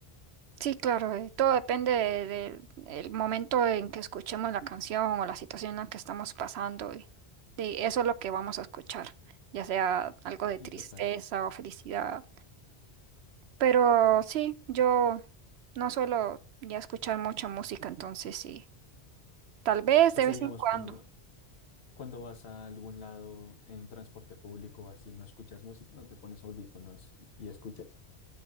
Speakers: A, on the right (about 75°); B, on the left (about 75°).
A: Sí, claro, eh, todo depende de- del el momento en que escuchemos la canción o la situación en la que estamos pasando y de eso es lo que vamos a escuchar, ya sea algo de
B: Sí,
A: tristeza
B: total.
A: o felicidad. Pero sí, yo no suelo ya escuchar mucha música, entonces sí, tal vez
B: O
A: de
B: sea,
A: vez
B: digamos,
A: en cuando.
B: cuando, cuando vas a algún lado en transporte público o así, no escuchas música, no te pones audífonos y, y escuchas.